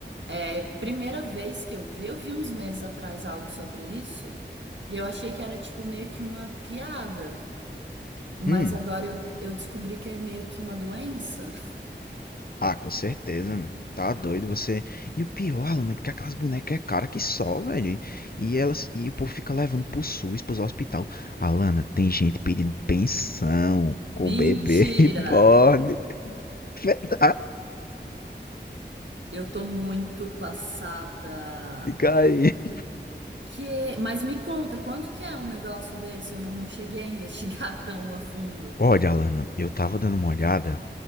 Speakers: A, on the right; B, on the left.
A: É, primeira vez que eu vi, eu vi uns meses atrás algo sobre isso e eu achei que era tipo meio que uma piada, mas
B: Hum,
A: agora eu, eu descobri que é meio que uma doença. <laughs>
B: ah, com certeza, meu. tá doido você. E o pior, Alana, é porque aquelas bonecas é cara que só, velho. E elas, e o povo fica levando pro SUS, pros hospital. Alana, tem gente pedindo pensão com
A: Mentira!
B: o bebê reborn. <laughs> Verdade,
A: Eu tô muito passada.
B: fica aí.
A: Que, mas me conta, quanto que é um negócio desse? Eu não, não cheguei a investigar <laughs> tão a fundo.
B: Olha, Alana, eu tava dando uma olhada,